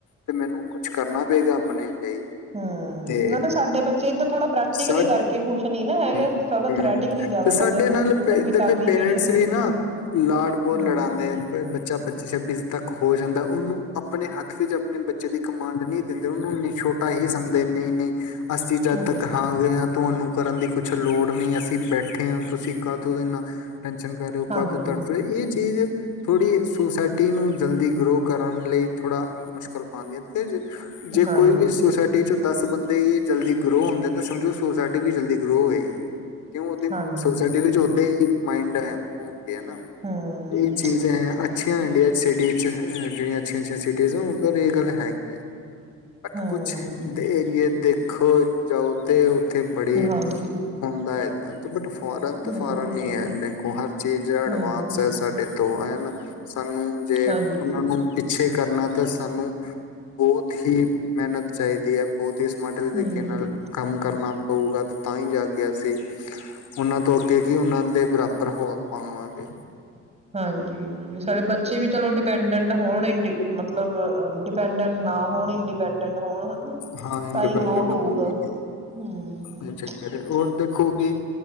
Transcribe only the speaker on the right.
ਹੂੰ
ਮਤਲਬ ਸਾਡੇ ਬੱਚੇ ਇੱਧਰ ਥੋੜਾ ਪ੍ਰੈਕਟੀਕਲੀ
ਕਰਕੇ ਖੁਸ਼ ਨੀ ਨਾ ਹੈਗੇ,
ਥੋੜਾ ਥਰੈਟੀਕਲੀ ਜ਼ਿਆਦਾ
ਕਰਦੇ
ਬੁੱਕਸ ਨੂੰ
ਮਤਲਬ
ਕਿਤਾਬੀ
ਕੀੜੇ ਹੋ
ਗਏ
ਹਮ
ਹਮ
ਹਾਂਜੀ
ਹਾਂਜੀ
ਹਾਂਜੀ
ਹਮ
ਹਮ
ਹਾਂਜੀ
ਹਮ
ਹਮ
ਹਾਂਜੀ
ਹਮ
ਹਾਂਜੀ, ਵੀ ਸਾਡੇ ਬੱਚੇ ਵੀ ਚਲੋ ਡਿਪੈਂਡੈਂਟ ਹੋਣ ਇ ਮਤਲਬ ਡਿਪੈਂਡੈਂਟ ਨਾ ਹੋਣ ਇੰਡੀਪੈਂਡੈਂਟ ਹੋਣ ਹਨਾ
ਤਾਂ ਹੀ ਗਰੋ ਹੋਊਗਾ
ਹਮ